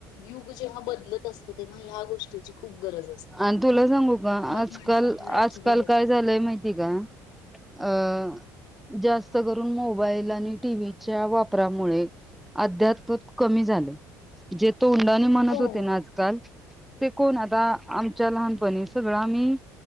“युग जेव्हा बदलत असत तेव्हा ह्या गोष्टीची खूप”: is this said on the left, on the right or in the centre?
Left